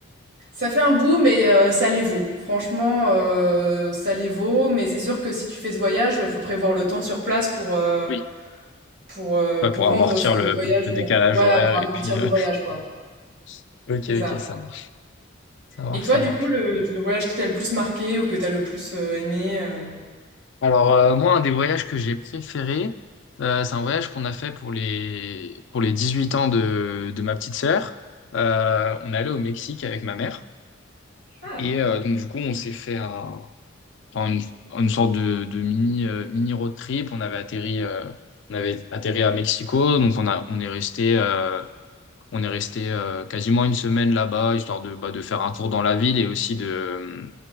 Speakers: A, on the right; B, on the left.
A: ça fait un bout, mais euh, ça les vaut. Franchement, euh, ça les vaut. Mais c'est sûr que si tu fais ce voyage, il faut prévoir le temps sur place pour, euh,
B: Oui.
A: pour, euh,
B: Ouais,
A: pour
B: pour
A: rendre
B: amortir
A: ce
B: le,
A: voyage,
B: le
A: euh,
B: décalage
A: voilà,
B: horaire
A: pour amortir
B: et puis.
A: le
B: euh,
A: voyage, quoi.
B: <laughs> Ok,
A: C'est ça.
B: ok, ça marche, ça marche,
A: Et toi,
B: ça
A: du
B: marche.
A: coup, le, le voyage qui t'a le plus marqué ou que t'as le plus euh, aimé euh,
B: Alors euh, moi, un des voyages que j'ai préféré, euh, c'est un voyage qu'on a fait pour les pour les dix huit ans de de ma petite sœur. Euh, on est allé au Mexique avec ma mère.
A: Ah.
B: Et euh, donc du coup, on s'est fait un, enfin, une, une sorte de, de mini, euh, mini road trip. On avait atterri, euh, on avait atterri à Mexico, donc on a, on est resté. euh, on est resté euh, quasiment une semaine là-bas, histoire de, bah, de faire un tour dans la ville et aussi de,